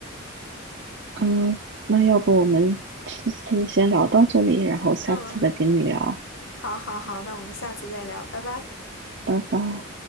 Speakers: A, on the right (about 55°); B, on the left (about 75°).
A: 嗯，那要不我们这次先聊到这里，然后下次再跟你聊，
B: 嗯，好，<laughs> 好，好，好，那我们下次再聊，拜拜。
A: 拜拜。